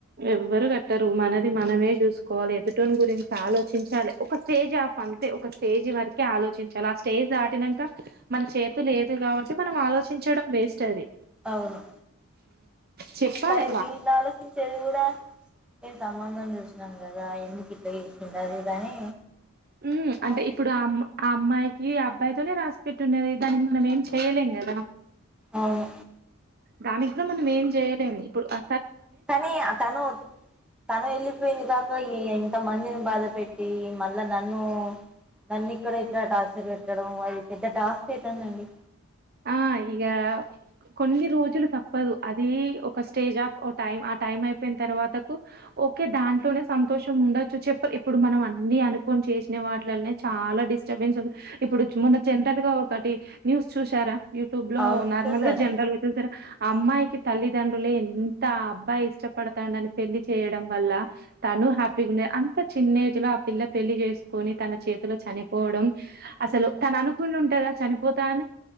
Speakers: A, on the right; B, in the centre.
A: ఎవ్వరు గ ట్టరు మనది మనమే జూస్కోవాలె ఎదుటోన్ని గురించి ఆలోచించాలి ఒక స్టేజ్ ఆఫ్ అంతే ఒక స్టేజ్ జ్ వరకే ఆలోచించాలి ఆ స్టేజ్ దాటినంక మన చేతు లేదు కాబట్టి మనం ఆలోచించడం వేస్ట్ అది
B: అవును
A: చెప్పాలె
B: కానీ వీళ్ళు ఆలోచించేది గూడా నేను సంబంధం చూసినందు గదా ఎందుకు ఇట్లా చేస్తుండాదిది అని
A: ఉమ్, అంటే
B: అ
A: ఇప్పుడు ఆ అమ్ ఆ అమ్మాయికి అబ్బాయితోనే రాసి పెట్టి ఉన్నది దానికి మనం ఏం చేయలేం గద
B: అవును
A: గామిగ్జం మనం ఏం జేయలేం ఇప్పుడు అ
B: కానీ తను తను ఎళ్ళిపోయింది గ సో ఇంత మందిని బాధ పెట్టి మళ్ళా నన్ను నన్ను ఇక్కడ ఇలా టార్చర్ పెట్టడం అది పెద్ద టాస్క్ అయితాంది అండి
A: ఆ ఇగా కొన్ని రోజులు తప్పదు అది ఒక స్టేజ్ ఆఫ్ ఒక టైం ఆ టైం అయిపోయిన తర్వాతకు ఓకే దాంట్లోనే సంతోషం ఉండొచ్చు చెప్ ఇప్పుడు మనం అన్ని అనుకొన్ చేసిన వాటిలనే చాలా డి స్టర్బన్స్ వద్దు ఇప్పుడు మొన్న జంటల్ గా ఒకటి న్యూస్ చూశర యూట్యూబ్ లో
B: అవును
A: నార్మల్
B: చూసాను
A: గా జనరల్ వి చూసర అమ్మాయికి తల్లిదండ్రులే ఎంత అబ్బాయి ఇష్టపడతాడని పెళ్లి చేయడం వల్ల త లు హ్యాపీ గా ఉంది అంత చిన్న ఏజ్ లో ఆ పిల్ల పెళ్లి జేసుకొని తన చేతిలో చనిపోవడం అసల్ తను అనుకుని ఉంటద చనిపోతా అని